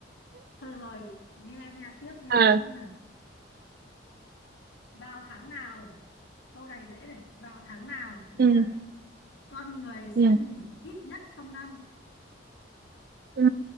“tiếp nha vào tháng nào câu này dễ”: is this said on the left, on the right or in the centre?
Left